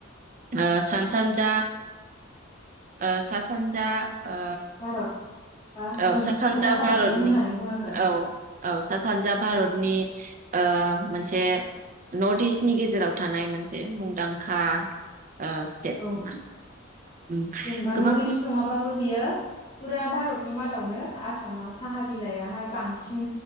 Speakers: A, on the right; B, on the left.
A: ओ सा सानजा ओ सा सानजा ओ
B: भारत बा
A: औ
B: ओं
A: सा सानजा
B: भारतनिनो
A: भारतनि
B: होननानै बुंनांगोन
A: औ औ सा सानजा
B: ओं
A: भारतनि ओ मोनसे नर्थ इस्टनि गेजेराव थानाय मोनसे मुंदांखा ओ स्टेट
B: औ
A: ना उम
B: जेनेबा
A: गोबां
B: नर्थ इस्ट नङाबाबो बियो फुरा भारतनि मादा दावनो आसामा साहा बिलाइहाय बांसिन